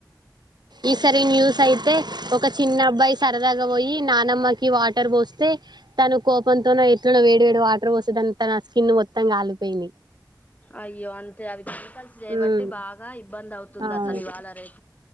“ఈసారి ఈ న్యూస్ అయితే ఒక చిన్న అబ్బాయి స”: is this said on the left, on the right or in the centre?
Right